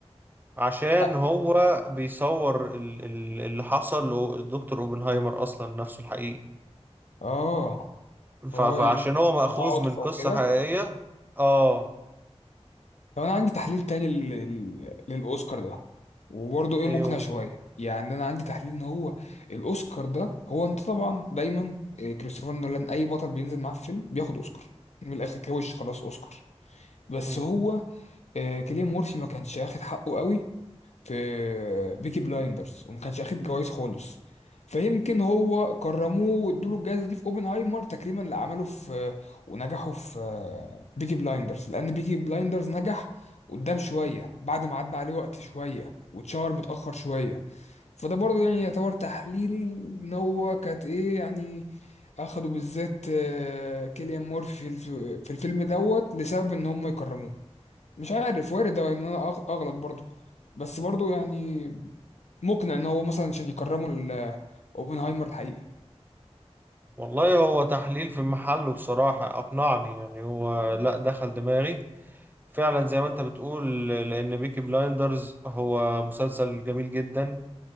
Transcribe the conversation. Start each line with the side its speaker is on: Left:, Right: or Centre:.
Right: عشان
Left: أ-
Right: هو بيصور ال- ال- اللي حصل للدكتور اوبنهايمر اصلا نفسه الحقيقي
Left: اه
Right: ف-
Left: فهو
Right: فعشان
Left: يعني
Right: هو مأخوذ
Left: تعاطف
Right: من قصة
Left: او كده
Right: حقيقية اه
Left: طب انا عندي تحليل تاني لل... لل- للاوسكار ده وبرضه ايه
Right: ايوه
Left: مقنع شويه يعني انا عندي تحليل ان هو الاوسكار ده هو انت طبعا دايما إيه، كريستوفر نولان اي بطل بينزل معاه في فيلم بياخد اوسكار من الاخر كوش خلاص اوسكار بس
Right: مم.
Left: هو آه، كيليان مورفي ما كانش واخد حقه قوي في بيكي بلايندرز وما كانش اخد جوائز خالص فيمكن هو كرموه وادوله الجائزه دي في اوبنهايمر تكريما لعمله في ونجحه في بيكي بلايندرز لان بيكي بلايندرز نجح قدام شويه بعد ما عدى عليه وقت شويه واتشهر متاخر شويه فده برضه يعني يعتبر تحليلي ان هو كانت ايه يعني اخدوا بالذات آه، كيليان مورفي في الف- في الفيلم دوت لسبب ان هم يكرموه مش عارف وارد ان انا أغ- اغلط برضو بس برضو يعني مقنع ان هو مثلا عشان يكرموا ال- اوبنهايمر الحقيقي
Right: والله هو تحليل في محله بصراحة اقنعني يعني هو لا دخل دماغي فعلا زي ما انت بتقول لان بيكي بلايندرز هو مسلسل جميل جدا